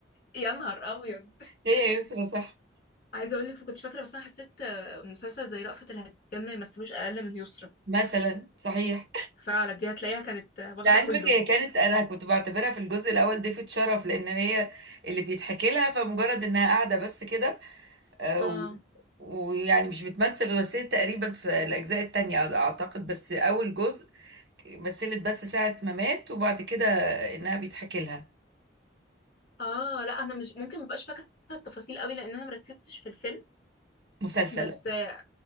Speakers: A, on the left (about 45°); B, on the right (about 65°).
A: يا نهار ابيض
B: هي يا يسرا صح
A: عايزه اقول لك ما كنتش فاكره بس انا حسيت آه، مسلسل زي رأفت الهجان ما يمثلوش اقل من يسرا
B: مثلا صحيح
A: فعلا دي هتلاقيها كانت آه، واخده
B: لعلمك
A: كله
B: هي كانت انا كنت بعتبرها في الجزء الاول ضيفة شرف لان هي اللي بيتحكي لها فمجرد انها قاعدة بس كده آه،
A: اه
B: و- ويعني مش بتمثل مثلت تقريبا في الأجزاء التانية أعتقد بس أول جزء مثلت بس ساعة ما مات وبعد كده إنها بيتحكي لها
A: اه لا انا مش ممكن مبقاش فاكره التفاصيل قوي لان انا مركزتش في الفيلم
B: مسلسل
A: بس اه